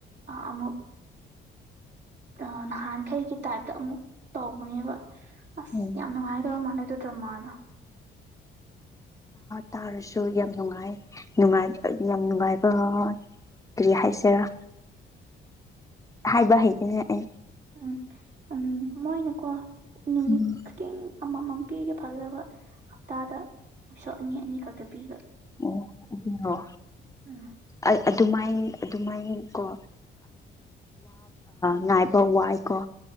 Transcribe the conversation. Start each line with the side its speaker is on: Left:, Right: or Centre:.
Right: ꯑꯃꯨꯛ ꯑ ꯅꯍꯥꯟꯈꯩꯒꯤ ꯇꯥꯏꯞꯇ ꯑꯃꯨꯛ ꯇꯧꯕꯅꯦꯕ ꯑꯁ
Left: ꯎꯝ
Right: ꯌꯥꯝ ꯅꯨꯡꯉꯥꯏꯗꯕ ꯃꯥꯟꯅꯩꯗ ꯗ꯭ꯔꯃꯥꯗꯣ
Left: ꯇꯥꯔꯁꯨ ꯌꯥꯝ ꯅꯨꯡꯉꯥꯏꯉꯥꯏ ꯌꯥꯝ ꯅꯨꯡꯉꯥꯏꯕ ꯀꯔꯤ ꯍꯥꯏꯁꯤꯦꯔꯥ ꯍꯥꯏꯕ ꯍꯩꯗꯨꯅꯦ ꯑꯩ
Right: ꯎꯝ ꯎꯝ ꯃꯣꯏꯅꯀꯣ ꯅꯨꯃꯤꯠ
Left: ꯎꯝ
Right: ꯈꯨꯗꯤꯡ ꯑꯃꯃꯝ ꯄꯤꯒꯦ ꯐꯒꯗꯕ ꯍꯞꯇꯥꯗ ꯄꯁꯣ ꯑꯅꯤ ꯑꯅꯤꯈꯛꯇ ꯄꯤꯒ꯭ꯔ
Left: ꯑꯣ ꯑꯗꯨ
Right: ꯎꯝ
Left: ꯑ ꯑꯗꯨꯃꯥꯏꯅ ꯑꯗꯨꯃꯥꯏꯅ ꯀꯣ ꯉꯥꯏꯕ ꯋꯥꯏꯀꯣ